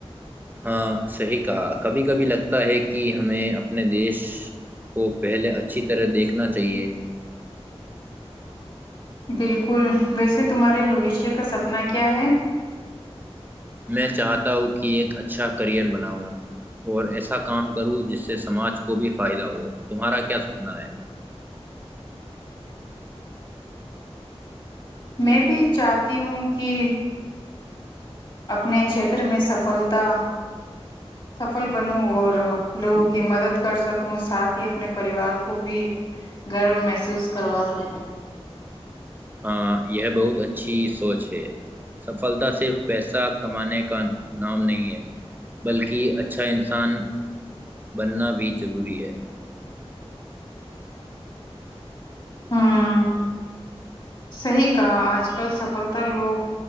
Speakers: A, on the right; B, on the left.
A: ہاں صحیح کہا کبھی کبھی لگتا ہے کہ ہمیں اپنے دیش کو پہلے اچھی طرح دیکھنا چاہیے
B: بالکل ویسے تمہارے بوشیہ کا سپنا کیا ہے
A: میں چاہتا ہوں کہ ایک ا اچھا کرئر بناؤں اور ایسا کام کروں جس سے سماج کو بھی فائدہ ہو تمہارا کیا سپنا ہے
B: میں بھی چاہتی ہوں کہ اپنے چھیتر میں سفلتا سفل بنوں اور لوگوں کی مدد کر سکوں ساتھ ہی اپنے پریوار کو بھی گرو محسوس کروا سکوں
A: ہاں یہ بہت اچھی سوچ ہے سفلتا صرف پیسہ کمانے کا نام نہیں ہے بلکہ اچھا انسان بننا بھی ضروری ہے
B: ہوں صحی کہا آج آ کل سفلتا لوگ